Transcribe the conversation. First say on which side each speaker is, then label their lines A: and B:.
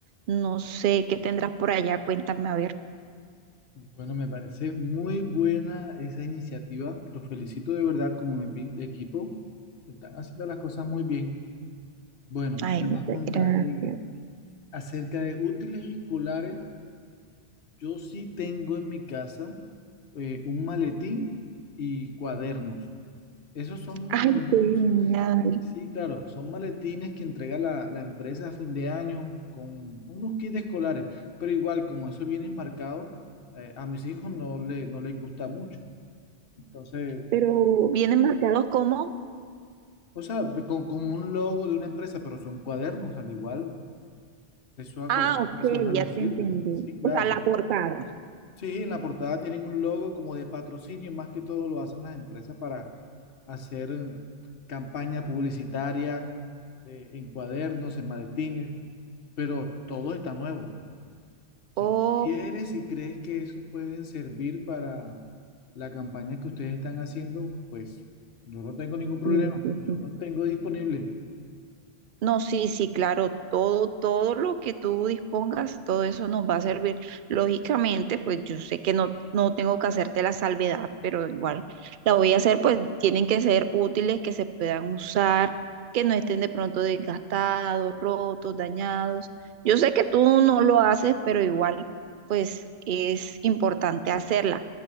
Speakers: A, on the right (about 60°); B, on the left (about 65°).
A: no sé qué tendrás por allá, cuéntame a ver.
B: Bueno, me parece muy buena esa iniciativa. Los felicito de verdad como mi epi- equipo. Están haciendo las cosas muy bien. Bueno,
A: Ay,
B: te
A: muchas
B: voy a contar
A: gracias.
B: eh, acerca de útiles escolares. Yo sí tengo en mi casa eh, un maletín y cuadernos. Esos son,
A: Ay,
B: los-
A: qué genial.
B: sí, claro, son maletines que entrega la, la empresa a fin de año con unos kits escolares. Pero igual, como esos vienen marcados, eh, a mis hijos no le, no les gusta mucho. Entonces,
A: Pero, Vienen marcados como,
B: o sea, con, con un logo de una empresa, pero son cuadernos al igual. Eso a
A: ah,
B: cualquier
A: ok,
B: profesional
A: ya
B: le
A: te
B: sirve.
A: entendí,
B: Sí, claro.
A: o sea, la portada.
B: Sí, en la portada tienen un logo como de patrocinio, más que todo lo hacen las empresas para hacer campaña publicitaria eh, en cuadernos, en maletines, pero todo está nuevo.
A: ok,
B: Si tú quieres y crees que eso pueden servir para la campaña que ustedes están haciendo, pues yo no tengo ningún problema.
A: Sí, sí,
B: Yo
A: sí.
B: lo tengo disponible.
A: No, sí, sí, claro, todo, todo lo que tú dispongas, todo eso nos va a servir. Lógicamente, pues yo sé que no, no tengo que hacerte la salvedad, pero igual la voy a hacer, pues tienen que ser útiles, que se puedan usar, que no estén de pronto desgastados, rotos, dañados. Yo sé que tú no lo haces, pero igual, pues es importante hacerla.